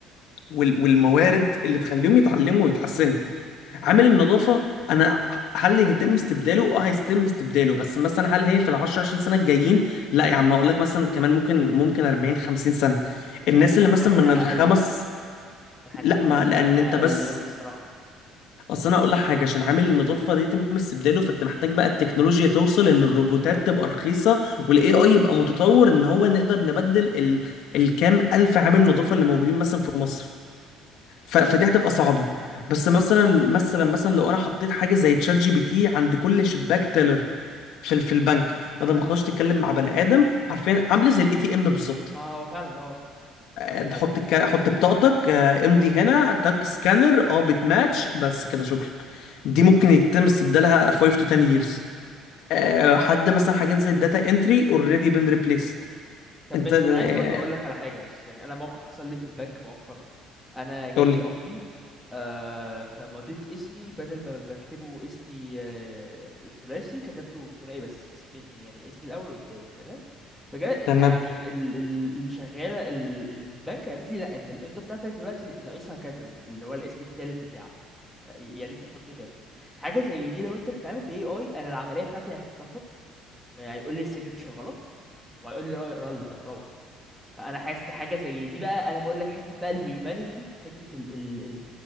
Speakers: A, on the left (about 60°); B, in the centre.
A: وال- والموارد اللي تخليهم يتعلموا ويتحسنوا عامل النظافة أنا هل يتم استبداله؟ أه هيتم استبداله بس مثلا هل هي في العشر عشرين سنة الجايين؟ لا يا عم هقول لك مثلا كمان ممكن ممكن 40 50 سنة
B: مش
A: الناس
B: عارف صح
A: اللي مثلا
B: حاسسها
A: من الخمس
B: أقل انا حاسسها
A: لا
B: هتبقى
A: ما
B: فئات
A: لأن أنت
B: أقل
A: بس
B: أوي الصراحة
A: أصل أنا هقول لك حاجة عشان عامل النظافة ده يتم استبداله فأنت محتاج بقى التكنولوجيا توصل إن الروبوتات تبقى رخيصة والاي اي يبقى متطور ان هو نقدر نبدل ال... الكام الف عامل نظافة اللي موجودين مثلا في مصر ف... فدي هتبقى صعبه بس مثلا مثلا مثلا لو انا حطيت حاجه زي تشات جي بي تي عند كل شباك تيلر في ال- في البنك بدل ما تخش تتكلم مع بني ادم عارفين عامله زي الاي تي ام بالظبط
B: ما هو فعلا اه
A: آه،
B: يعني
A: حط
B: آه،
A: الك... حط بطاقتك آه، امضي هنا تك سكانر اه بتماتش بس كده شكرا دي ممكن يتم استبدالها 5 to 10 years آه، حد مثلا حاجات زي الداتا انتري اوريدي بين ريبليست
B: طب
A: انت
B: ماشي
A: آه،
B: طب انا عايز برضو اقول لك على حاجه بس يعني انا موقف حصل لي في البنك مؤخرا انا جاي
A: قول لي
B: امضي آه فمضيت اسمي بدل ما بكتبه اسمي آه ثلاثي كتبته ثنائي بس اسمي يعني اسمي الاول والتاني تمام فجاء
A: تمام
B: يعني ال- ال- الشغاله ال- اللي في البنك قالت لي لا انت الامضه بتاعتك دلوقتي ناقصها كذا اللي هو الاسم التالت بتاعك يا ريت تحطه تاني حاجه زي دي لو انت بتتعامل ب AI انا العمليه بتاعتي هتترفض ما هيقول لي السيجنتشر غلط وهيقول لي روح, روح روح. فانا حاسس إن حاجه زي دي بقى انا بقول لك حته بقى الهيومانيتي حته ال ال ال